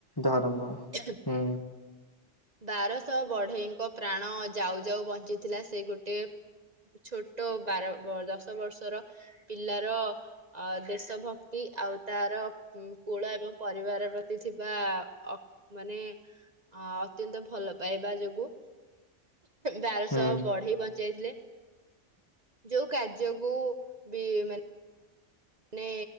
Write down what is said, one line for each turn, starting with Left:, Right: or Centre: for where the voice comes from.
Left: ଧରମ
Right: <unintelligible>
Left: ହୁଁ।
Right: ବାରଶହ ବଢେଇଙ୍କ ପ୍ରାଣ ଯାଉ ଯାଉ ବଞ୍ଚିଥିଲା ସେ ଗୋଟେ ଛୋଟ ବାର ବ ଦଶ ବର୍ଷର ପିଲାର ଅ ଦେଶ ଭକ୍ତି ଆଉ ତାରଉ କୂଳ ଏବଂ ପରିବାର ପ୍ରତି ଥିବା ଅ ମାନେ ଅ ଅତ୍ୟନ୍ତ ଭଲ ପାଇବା ଯୋଗୁ। ବାରଶହ
Left: ହୁଁ
Right: ବଢେଇ ବଞ୍ଚେଇଥିଲେ। ଯୋଉ କାର୍ଯ୍ୟକୁ ବି ମାନେ ମାନେ